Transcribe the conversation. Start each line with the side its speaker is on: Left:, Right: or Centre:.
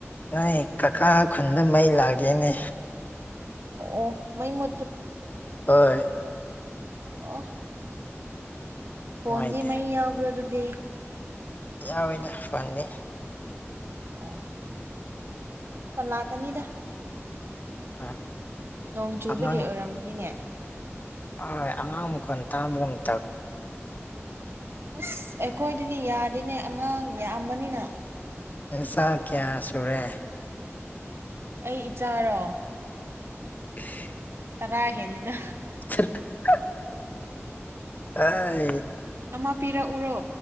Left: ꯅꯣꯏ ꯀꯀꯥ ꯈꯨꯟꯗ ꯃꯩ ꯂꯥꯛꯒꯦꯅꯦ
Right: ꯑꯣ ꯃ ꯃ
Left: ꯍ
Right: ꯑꯣ ꯐꯣꯟꯗꯤ
Left: ꯅꯨꯡꯉꯥꯏꯇꯦ
Right: ꯃ ꯌꯥꯎꯕ꯭ꯔ ꯑꯗꯨꯗꯤ
Left: ꯌꯥꯎꯋꯤꯗ ꯐꯅꯤ
Right: ꯑꯣ ꯀꯂꯥ ꯀꯅꯤꯗ
Left: ꯍꯣꯏ
Right: ꯅꯣꯡ ꯆꯨꯕꯒꯤ
Left: ꯑꯉꯥꯡ
Right: ꯑꯣꯏꯔꯝꯒꯅꯤꯅꯦ
Left: ꯍꯣꯏ ꯑꯉ ꯑꯃꯈ ꯇꯥꯕ
Right: ꯑꯁ ꯑꯩꯈꯣꯏꯗꯗꯤ ꯌꯥꯗꯦꯅꯦ ꯑꯉꯥꯡ ꯌꯥꯝꯕꯅꯤꯅ
Left: ꯁꯥ ꯀꯌꯥ ꯁꯨꯔꯦ
Right: ꯑꯩ ꯏꯆꯥꯔꯣ
Left: <unintelligible>
Right: ꯇꯔꯥ ꯍꯗ
Left: <unintelligible> ꯍꯣꯏ
Right: ꯑꯃ ꯄꯤꯔꯛꯎꯔꯣ